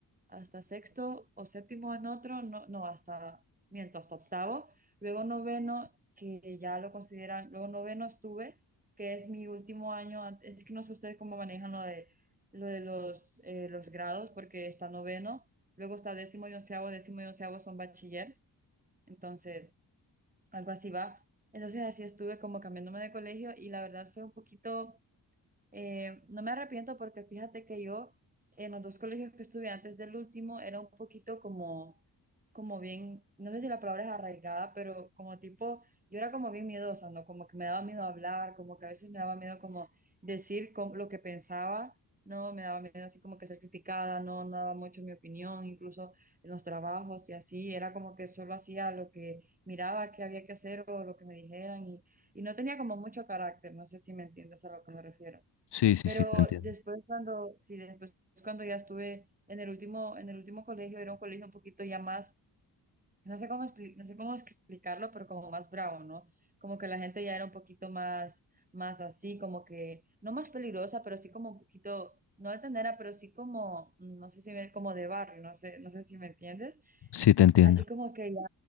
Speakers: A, on the right; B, on the left.
A: hasta sexto o séptimo en otro, no, no, hasta, miento, hasta octavo, luego noveno, que ya lo consideran, luego noveno estuve, que es mi último año, an- es que no sé ustedes cómo manejan lo de, lo de los, eh, los grados, porque está noveno, luego está décimo y onceavo, décimo y onceavo son bachiller, entonces algo así va. Entonces así estuve como cambiándome de colegio y la verdad fue un poquito eh, no me arrepiento porque fíjate que yo en los dos colegios que estuve antes del último era un poquito como, como bien, no sé si la palabra es arraigada, pero como tipo, yo era como bien miedosa, ¿no? Como que me daba miedo hablar, como que a veces me daba miedo como decir com- lo que pensaba, ¿no? Me daba miedo así como que ser criticada, no, no daba mucho mi opinión, incluso en los trabajos y así, era como que solo hacía lo que miraba que había que hacer o lo que me dijeran y, y no tenía como mucho carácter, no sé si me entiendes a lo que me refiero.
B: Sí, sí,
A: Pero
B: sí, te entiendo.
A: después cuando, sí, después cuando ya estuve en el último, en el último colegio, era un colegio un poquito ya más, no sé cómo, expli- no sé cómo explicarlo, pero como más bravo, ¿no? Como que la gente ya era un poquito más, más así, como que, no más peligrosa, pero sí como un poquito, no altanera, pero sí como, mm, no sé si me, como de barrio, no sé, no sé si me entiendes.
B: Sí, te entiendo.
A: Así como que ya,